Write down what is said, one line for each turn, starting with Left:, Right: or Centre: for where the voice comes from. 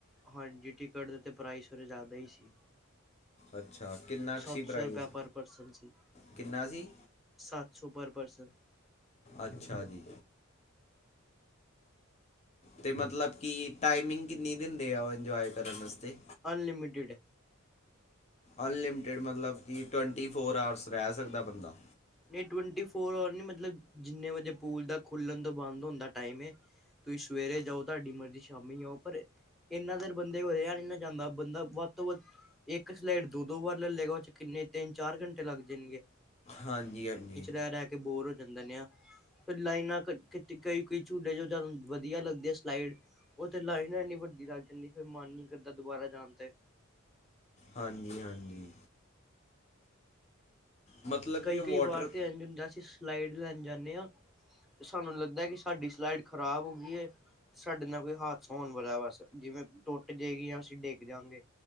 Centre: ਹਾਂਜੀ ਟਿਕਟ ਦੇ ਤੇ ਪ੍ਰਾਈਸ ਰੇ ਜ਼ਿਆਦਾ ਹੀ ਸੀ।
Left: ਅੱਛਾ ਕਿੰਨਾ ਕੁ
Centre: ਸੱਤ
Left: ਸੀ ਪ੍ਰਾਈਜ਼
Centre: ਸੌ ਰੁਪਏ ਪਰ ਪਰਸਣ ਸੀ।
Left: ਕਿੰਨਾ ਸੀ
Centre: ਸੱਤ ਸੌ ਪਰ ਪਰਸਨ।
Left: ਅੱਛਾ ਜੀ। ਤੇ ਮਤਲਬ ਕਿ ਟਾਈਮਿੰਗ ਕਿੰਨੀ ਦਿੰਦੇ ਆ ਉਹ ਇੰਜੋਏ ਕਰਨ ਵਾਸਤੇ।
Centre: ਅਨਲਿਮੀਟਿਡ।
Left: ਅਨਲਿਮਿਟਿਡ ਮਤਲਬ ਕਿ ਟਵੈਂਟੀ ਫੋਰ ਆਰਸ ਰਹਿ ਸਕਦਾ ਬੰਦਾ।
Centre: ਨਈ ਟਵੈਟੀ ਫੋਰ ਆਰ ਨਈ ਮਤਲਬ ਜਿੰਨੇ ਵਜੇ ਪੂਲ ਦਾ ਖੁੱਲਣ ਤੋਂ ਬੰਦ ਹੋਣ ਦਾ ਟਾਈਮ ਐ। ਤੁਸੀਂ ਸਵੇਰੇ ਜਾਓ ਤੁਹਾਡੀ ਮਰਜ਼ੀ ਸ਼ਾਮੀ ਆਓ। ਪਰ ਇੰਨਾ ਦੇਰ ਬੰਦੇ ਤੋਂ ਰਿਹਾ ਨੀ ਨਾ ਜਾਂਦਾ, ਬੰਦਾ ਵੱਧ ਤੋਂ ਵੱਧ ਇੱਕ ਸਲਾਈਡ ਦੋ-ਦੋ ਵਾਰ ਲਲ ਲੇਗਾ। ਉਹ ਚ ਕਿੰਨੇ ਤਿੰਨ-ਚਾਰ ਘੰਟੇ ਲੱਗ ਜਾਣਗੇ।
Left: ਹਾਂਜੀ ਹਾਂਜੀ।
Centre: ਲੈ ਲੈ ਕੇ ਬੋਰ ਹੋ ਜਾਂਦੇ ਨੇ ਆ। ਫਿਰ ਲਾਈਨਾਂ ਕਤ ਕਈ ਕਈ ਝੂਲੇ ਜੋ ਵਧੀਆ ਲੱਗਦੇ ਆ ਸਲਾਈਡ। ਉਹ ਤੇ ਲਾਈਨ ਐੰਨੀ ਵੱਡੀ ਲੱਗ ਜਾਂਦੀ ਫੇਰ ਮਨ ਨੀ ਕਰਦਾ ਦੁਬਾਰਾ ਜਾਣ ਤੇ।
Left: ਹਾਂਜੀ ਹਾਂਜੀ। ਮਤਲਬ
Centre: ਕਈ
Left: ਕਿ
Centre: ਕਈ
Left: ਵਾਟਰ
Centre: ਵਾਰ ਤੇ ਇੰਝ ਹੁੰਦਾ ਅਸੀਂ ਸਲਾਈਡ ਲੈਣ ਜਾਂਣੇ ਆਂ। ਸਾਨੂੰ ਲੱਗਦਾ ਕਿ ਸਾਡੀ ਸਲਾਈਟ ਖ਼ਰਾਬ ਹੋ ਗਈ ਐ। ਸਾਡੇ ਨਾਲ ਕੋਈ ਹਾਦਸਾ ਹੋਣ ਵਾਲਾ ਬਸ ਜਿਵੇਂ ਟੁੱਟ ਜਾਏਗੀ ਜਾਂ ਅਸੀਂ ਡਿੱਗ ਜਾਂਗੇ।